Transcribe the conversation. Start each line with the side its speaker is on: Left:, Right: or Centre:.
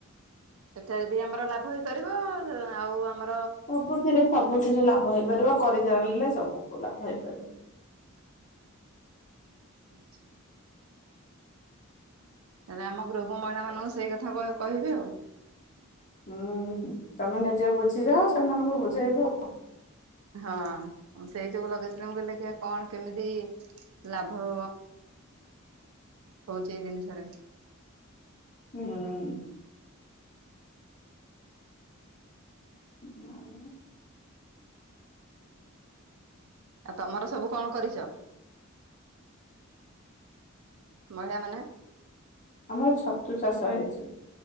Right: ସେଥେରେ ବି ଆମର ଲାଭ ହେଇପାରିବ ଆଉ ଆମର
Left: ସବୁଥିରେ ସବୁଥିରେ
Right: ଯୋଉ
Left: ଲାଭ ହେଇପାରିବ କରି ଜାଣିଲେ ସବୁକୁ ଲାଭ ହେଇପାରିବ।
Right: <inaudible> ତାହେଲେ ଆମ ଗ୍ରୁପ ମହିଳା ମାନଙ୍କୁ ସେଇ କଥା କହିବେ ଆଉ।
Left: ଉଁ ତମେ ନିଜେ ବୁଝିଯାଅ ସେମାନଙ୍କୁ ବୁଝେଇବ।
Right: ହଁ ମୁଁ ସେଇ ଯୋଗୁ ଲଗେଇଥିଲି ମୁଁ କହିଲି ଦେଖିବା କଣ କେମିତି ଲାଭ ହଉଛି ଏଇ ଜିନିଷରେ।
Left: ଉଁ ହୁଁ। <unintelligible>
Right: ଆଉ ତମର ସବୁ କଣ କରିଛ? ମହିଳା ମାନେ।
Left: ଆମର ଛତୁ ଚାଷ ହେଇଛି।